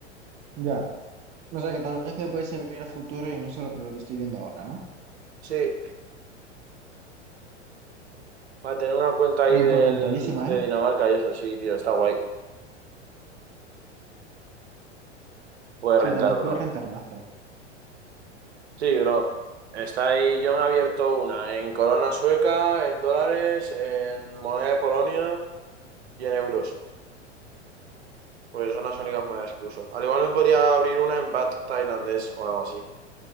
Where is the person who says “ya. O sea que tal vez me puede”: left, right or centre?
Right